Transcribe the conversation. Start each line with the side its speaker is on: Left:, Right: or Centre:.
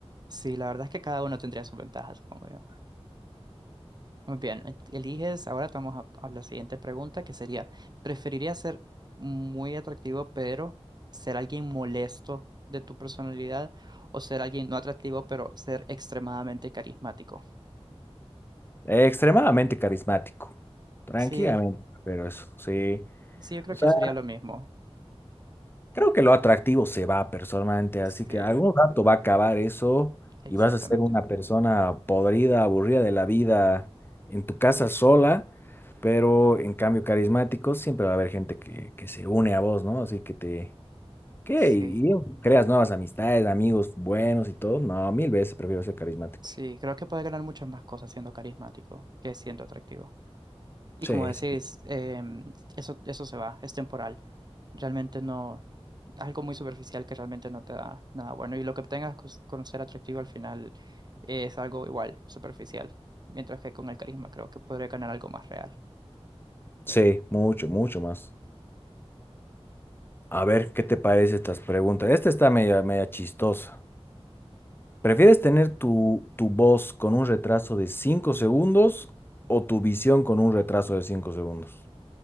Right: sí, la verdad es que cada uno tendría sus ventajas, supongo yo. Muy bien, e- eliges, ahora te vamos a, a la siguiente pregunta que sería, ¿preferiría ser muy atractivo pero ser alguien molesto de tu personalidad o ser alguien no atractivo pero ser extremadamente carismático?
Left: Eh, extremadamente carismático, tranquilamente,
Right: Sí.
Left: pero eso, sí.
Right: Sí, yo creo
Left: O sea,
Right: que sería lo mismo.
Left: creo que lo atractivo se va personalmente, así
Right: Sí,
Left: que algún rato va a acabar eso
Right: exactamente.
Left: y vas a ser una persona podrida, aburrida de la vida en tu casa sola, pero en cambio carismático siempre va a haber gente que, que se une a vos, ¿no? Así que te ¿Qué?
Right: Sí,
Left: Y y pues, creas nuevas amistades, amigos buenos y todo. No, mil veces prefiero ser carismático.
Right: sí, creo que puede ganar muchas más cosas siendo carismático que siendo atractivo. Y
Left: Sí,
Right: como decís,
Left: sí.
Right: em, eso, eso se va, es temporal. Realmente no, algo muy superficial que realmente no te da nada bueno. Y lo que obtengas cos- con ser atractivo al final es algo igual, superficial. Mientras que con el carisma creo que podría ganar algo más real.
Left: Sí, mucho, mucho más. A ver, ¿qué te parece estas preguntas? Esta está media, media chistosa. ¿Prefieres tener tu, tu voz con un retraso de 5 segundos o tu visión con un retraso de 5 segundos?